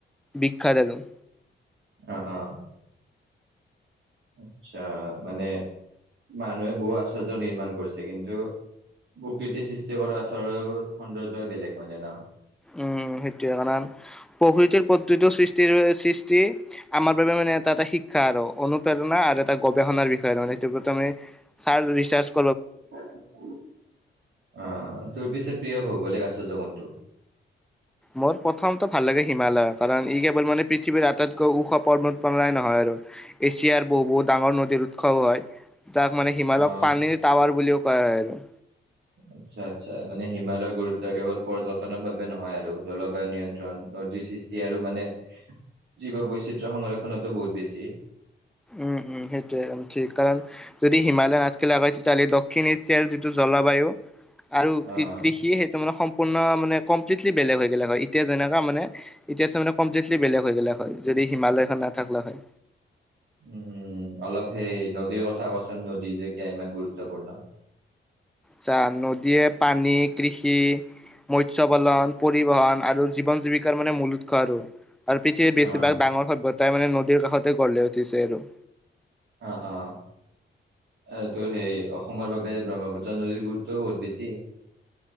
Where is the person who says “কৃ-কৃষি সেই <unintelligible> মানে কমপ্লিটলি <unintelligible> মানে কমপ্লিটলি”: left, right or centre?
Centre